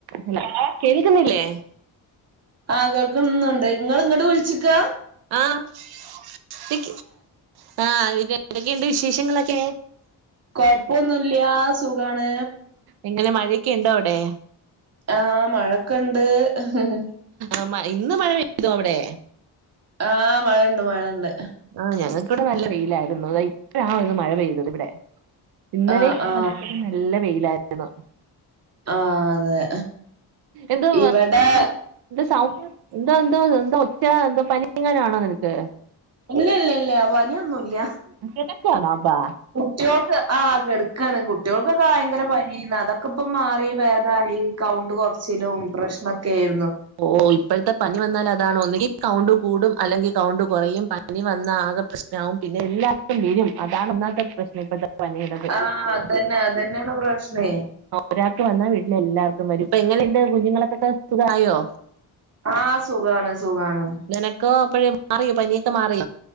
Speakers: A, on the right (about 50°); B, on the right (about 30°).
A: Hello കേൾക്കുന്നില്ലേ.
B: ആ കേൾക്കുന്നുണ്ട് നിങ്ങള് ഇങ്ങട്ട് വുളിച്ചിക്ക.
A: ആഹ് ശക്ക്. ആഹ് ഇവിടെക്കെയണ്ട് വിശേഷങ്ങളൊക്കെ.
B: കൊഴപ്പൊന്നുല്ല്യ സുഖാണ്.
A: എങ്ങനെ മഴക്കെ ഇണ്ടോ അവിടെ.
B: ആഹ് മഴൊക്കണ്ട്. ഹ് ഹ്
A: ആ ഇന്ന് മഴ പെയ്തോ അവടെ.
B: ആഹ് മഴണ്ട് മഴണ്ട്.
A: ആ ഞങ്ങൾക്കിവിടെ നല്ല വെയിലായിയിരുന്നു അ ഇത ഇപ്പഴ ഒരു മഴ പെയ്തത് ഇവിടെ. ഇന്നലെ
B: ആ
A: ഇങ്ങോട്ടൊക്ക
B: ആ
A: നല്ല വെയിലായിരുന്നു.
B: ആ അതെ
A: എന്ത വ
B: ഇവിടെ
A: സൗ <inaudible> എന്താ എന്തോ എന്താ ഒച്ച എന്താ പനി എങ്ങനാണോ നിനക്ക്.
B: ഇല്ല ഇല്ല ഇല്ല പനിയൊന്നുല്ല.
A: കിടക്കാണോ അപ്പ.
B: കുട്ടികൾക്ക് ആ കെടക്കാണ് കുട്ടികൾക്കൊക്കെ ഭയങ്കര പ അതൊക്കെ ഇപ്പ മാറി ഭേദായി കൗണ്ട് കൊറച്ചിലും പ്രശ്നൊക്കെ ആയിരുന്നു.
A: ഓ ഇപ്പോഴത്തെ പനി വന്നാൽ അതാണ് ഒന്നിങ്കി കൗണ്ട് കൂടും അല്ലെങ്കി കൗണ്ട് കുറയും ആഹ് പനി വന്ന ആകെ പ്രശ്നാവും പിന്നെ എല്ലാർക്കും വരും അതാണ് ഒന്നാത്തെ പ്രശ്നം ഇപ്പത്തെ പനിയടത്.
B: ആ അതന്നെ അതന്നെയാണ് പ്രശ്നേ
A: ഒരാൾക്ക് വന്നാ വീട്ടിലെ എല്ലാർക്കുംവരും ഇപ്പ എങ്ങനെണ്ട് കുഞ്ഞുങ്ങളക്കൊക്കെ സുഖായോ.
B: ആഹ് സുഖാണ് സുഖാണ്.
A: നിനക്കോ അപ്പോഴേ മാറിയോ പനിയൊക്കെ മാറിയോ?